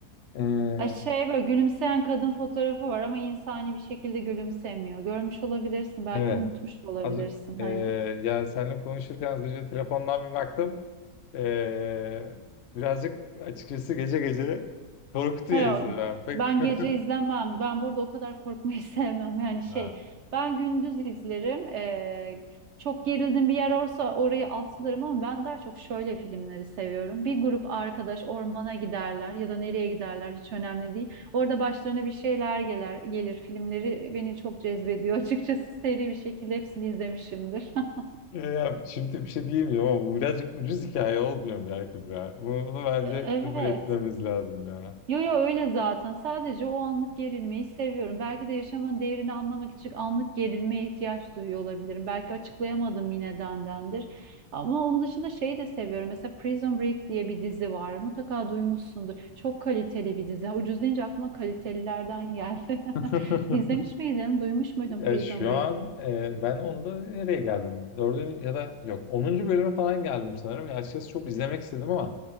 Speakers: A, on the left; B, on the right.
A: Ee,
B: Ay Şey böyle gülümseyen kadın fotoğrafı var ama insani bir şekilde gülümsemiyor. Görmüş olabilirsin belki
A: evet.
B: unutmuş da olabilirsin
A: Az, ee,
B: hani.
A: ya seninle konuşurken az önce telefondan bir baktım. Ee, birazcık açıkçası gece gece korkutuyor
B: Hayır
A: insanı.
B: yok,
A: Ha, Pek
B: ben
A: <laughs>
B: gece izlemem. Ben burada o kadar korkmayı <laughs> sevmem. Yani şey
A: Ha.
B: ben gündüz izlerim. Ee, çok gerildim bir yer olsa orayı atlarım ama ben daha çok şöyle filmleri seviyorum. Bir grup arkadaş ormana giderler ya da nereye giderler hiç önemli değil. Orada başlarına bir şeyler gelir, gelir. Filmleri beni çok cezbediyor <laughs> açıkçası seri bir şekilde hepsini izlemişimdir. <laughs>
A: Ya şimdi bir şey diyemiyorum ama bu birazcık ucuz hikaye olmuyor mu ya Kübra? Bunu, bunu bence
B: E, Evet.
A: kabul etmemiz lazım ya.
B: Yo yo öyle zaten. Sadece o anlık gerilmeyi seviyorum. Belki de yaşamın değerini anlamak için anlık gerilmeye ihtiyaç duyuyor olabilirim. Belki açıklayamadığım bir nedendendir. Ama onun dışında şeyi de seviyorum. Mesela Prison Break diye bir dizi var. Mutlaka duymuşsundur. Çok kaliteli bir dizi. Ucuz deyince aklıma kalitelilerden geldi.
A: <laughs>
B: <laughs> İzlemiş miydin? Duymuş muydun
A: E,
B: Prison
A: şu
B: Break?
A: an e, ben onda nereye geldim? Dördüncü ya da yok. Onuncu bölüme falan geldim sanırım. Ya açıkçası çok izlemek istedim ama